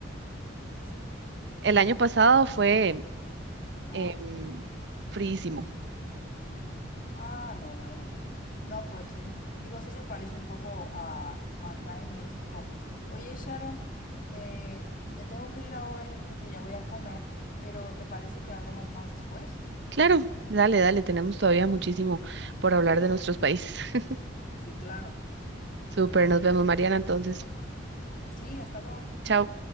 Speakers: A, on the left; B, on the right.
A: sí, sí, sí.
B: el año pasado fue
A: Ajá.
B: em, fríísimo.
A: Ah, no, bueno. No, pues sí. Digo, sí se parece un poco a a acá en México. Oye, Sharon, eh, me tengo que ir ahora, yo creo que ya voy a comer, pero ¿te parece que hablemos más después?
B: Claro, dale, dale, tenemos todavía muchísimo por hablar de nuestros países. <laughs>
A: Sí, claro.
B: Súper, nos vemos, Mariana, entonces.
A: Sí, hasta luego.
B: Chao.